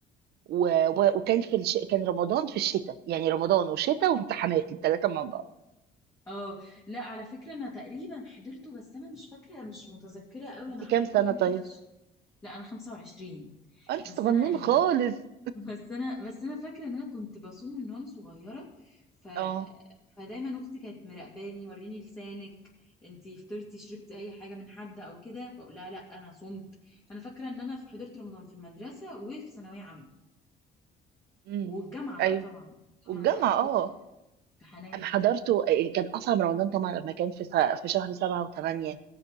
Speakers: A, on the right; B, on the left.
A: و... و... وكان في الش... كان رمضان في الشتاء يعني رمضان وشتاء وامتحانات الثلاثة مع بعض
B: اه لا على فكره انا تقريبا حضرته بس انا مش فاكره مش متذكره قوي
A: أنت
B: انا
A: كام
B: حضرته
A: سنة
B: امتى
A: طيب؟
B: لا انا 25
A: آه، أنت
B: بس
A: صغنون
B: انا يعني
A: خالص
B: بس انا بس انا فاكره ان انا كنت بصوم من وانا صغيره ف
A: أه
B: فدايما اختي كانت مراقباني وريني لسانك انتي فطرتي شربتي اي حاجه من حد او كده فاقول لها لا انا صمت فانا فاكره ان انا في حضرت رمضان في المدرسه وفي ثانويه عامه
A: امم
B: والجامعه
A: أيوه
B: بقى طبعا الجامعه
A: والجامعة
B: اكيد
A: أه
B: في امتحانات
A: أنا حضرته آه، كان أصعب رمضان طبعا لما كان في س... في شهر سبعة وثمانية